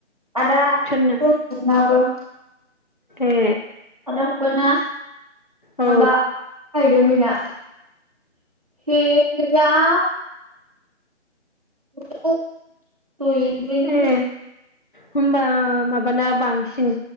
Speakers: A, on the right; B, on the left.
A: आदा
B: सोरना
A: <unintelligible>
B: ए।
A: आदा हगाना।
B: औ
A: माबा। <unintelligible> <unintelligible> <unintelligible>
B: ए होमबा माबाना बांसिन